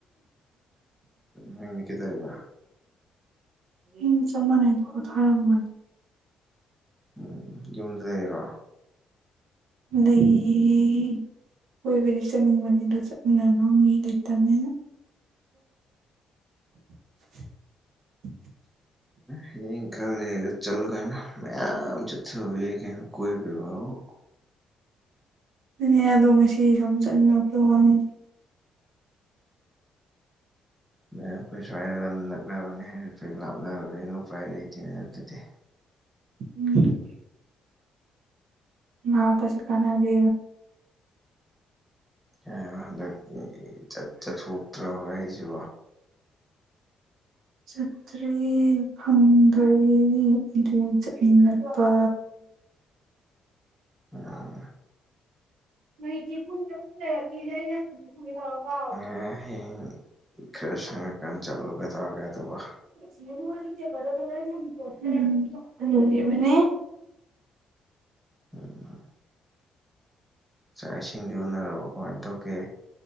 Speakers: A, in the centre; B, on the right.
A: ꯅꯪꯗꯤ ꯀꯩꯗꯧꯔꯤꯕ
B: ꯎꯝ ꯆꯞ ꯃꯥꯟꯅꯩꯗ ꯀꯣ ꯊꯥꯔꯝꯒꯅꯤ
A: ꯎꯝ ꯌꯨꯝꯗ ꯂꯩꯔꯣ
B: ꯂꯩꯌꯦ ꯀꯣꯏꯕꯗꯤ ꯆꯠꯅꯤꯡꯕꯅꯤ ꯑꯗꯣ ꯆꯠꯃꯤꯟꯅꯅ ꯃꯤ ꯂꯤꯇꯅꯤꯅ <inaudible>
A: ꯍꯌꯦꯡ ꯈꯔ ꯂꯩꯔ ꯆꯠꯂꯨ ꯀꯩꯅꯣ ꯃꯌꯥꯝ ꯆꯠꯊꯥꯕ ꯌꯥꯏ ꯀꯩꯅꯣ ꯀꯣꯏꯕꯩ ꯋꯥꯕꯨ
B: ꯑꯗꯨꯅꯦ ꯑꯗꯣ ꯉꯁꯤ ꯁꯨꯝ ꯆꯠꯅꯤꯡꯉꯛꯄ ꯋꯥꯅꯤ
A: ꯑꯗꯨ ꯑꯩꯈꯣꯏ ꯁ꯭ꯋꯥꯏ ꯂꯝ ꯅꯛꯅꯕꯅꯤ ꯍꯥꯏꯗꯤ ꯐꯩ ꯂꯥꯞꯅꯔꯕꯅꯤꯅ ꯎꯄꯥꯏ ꯂꯩꯇꯦꯅꯦ ꯑꯗꯨꯗꯤ
B: ꯎꯝ ꯃꯥꯛ ꯄꯤꯛꯄꯁꯦ ꯀꯅꯥꯗꯦ
A: ꯑꯥ ꯍꯟꯗꯛꯇꯤ ꯆꯠ ꯆꯠꯊꯣꯛꯇ꯭ꯔꯕ ꯑꯩꯁꯨ
B: ꯆꯇ꯭ꯔꯦ ꯐꯪꯗꯔꯦꯅꯦ ꯏꯅꯄꯥ
A: ꯑꯣ
B: ꯅꯣꯏꯗꯤ ꯄꯨꯡ ꯇꯔꯨꯛ ꯇꯔꯨꯛ ꯂꯩꯔꯗꯤ ꯑꯩꯅ ꯍꯡꯒꯦ ꯍꯡꯒꯦ ꯇꯧꯔꯒ ꯀꯥꯎꯌꯦ
A: ꯍꯌꯦꯡ ꯈꯔ ꯁꯪꯉꯀꯥꯟꯗ ꯆꯠꯂꯨ ꯀꯩꯗꯧꯔꯒꯦ ꯑꯗꯨꯕꯣ
B: ꯊꯝꯃꯤꯕꯅꯦ
A: ꯎꯝ <inaudible> ꯆꯥꯛ ꯏꯁꯤꯡꯗꯤ ꯎꯅꯔꯕꯣ ꯀꯃꯥꯏꯅ ꯇꯧꯒꯦ